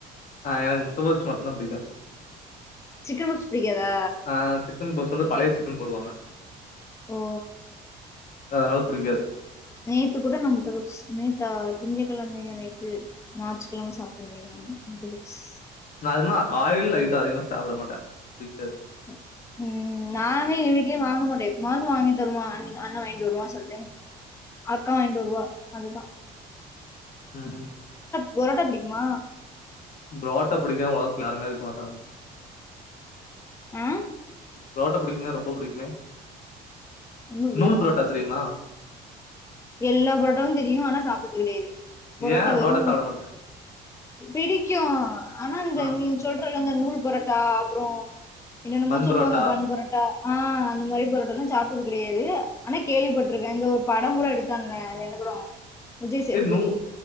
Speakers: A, on the left; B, on the left.
A: ஆ எனக்கு முட்ட பப்சு மட்டுந்தா புடிக்கு
B: சிக்கன் பப்ஸ் புடிக்காதா
A: ஆ சிக்கன் பப்ஸ் வந்து பழைய சிக்கன் போடுவாங்க
B: ஓ
A: சோ அதனால புடிக்காது
B: நேத்து கூட நா முட்ட பஃப்ஸ் நேத்தா திங்கக்கெழமையா நேத்து நாற்றுக்கிழம சாப்டுவேங்க <inaudible> முட்ட பஃப்ஸ்
A: அதுமா ஆயில் ஐட்டோ அதிகமா சாப்ட மாட்டே புடிக்காது
B: <inaudible> ம் நாங்க எங்க வீட்லேயே வாங்க மாட்டோ எப்போமாவது வாங்கி தருவா அண் அண்ண வாங்கிட்டு வருவா செல டைம் அக்கா வாங்கிட்டு வருவா அதுதா
A: ம் ம்
B: பொரோட்டா புடிக்குமா?
A: புரோட்ட புடிக்காமா ஒலகத்துல யாருமே இருக்க மாட்டாங்க.
B: ம்
A: புரோட்டா புடிக்குமே ரொம்ப புடிக்குமே
B: ரொம்ப பிடிக்குமா
A: நூல் புரோட்டா
B: சரி
A: தெரியுமா
B: சரி எல்லா புரோட்டாவு தெரியு ஆனா சாப்படுறது கெடையாது பொரோட்டா
A: ஏ புரோட்டா
B: வெறு
A: சாப்ட மாட்ட
B: பிடிக்கு ஆனா இந்த
A: ஆ
B: நீங் சொல்றல அந்த நூ புல் பொரோட்டா அப்றோ என்னென்னமோ
A: பன்
B: சொல்லுவாங்க
A: புரோட்டா
B: பன் பொரோட்டா ஆ அந்த மாரி புரோட்டால்லா சாப்டுறது கெடயாது ஆனா கேள்விப்பட்டிருக்கே இந்த ஒரு படம் கூட எடுத் ட்லன அது என்ன <unintelligible> சேதுபதி
A: ஏ நூ